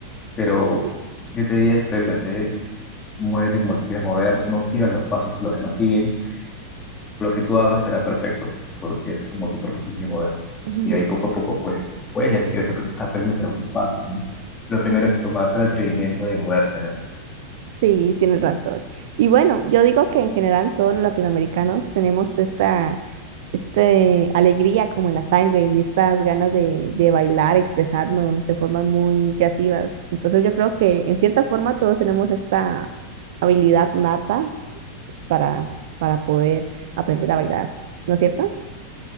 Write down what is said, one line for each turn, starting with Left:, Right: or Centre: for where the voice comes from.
Left: Pero
Right: <laughs>
Left: yo te diría, suéltate, muévete como te quieras mover, no sigas los pasos que los demás siguen. Lo que tú hagas será perfecto, porque es como tu cuerpo se quiere mover.
Right: Ujú.
Left: Y ahí poco a poco, pues después ya si quieres apre- aprendes algunos pasos, ¿no? Lo primero es tomarte el atrevimiento de moverte, ¿no?
Right: Sí, tienes razón. Y bueno, yo digo que en general todos los latinoamericanos tenemos esta este alegría como en la sangre y estas ganas de, de bailar, expresarnos de formas muy creativas. Entonces yo creo que en cierta forma todos tenemos esta habilidad nata para, para poder aprender a bailar, ¿no es cierto?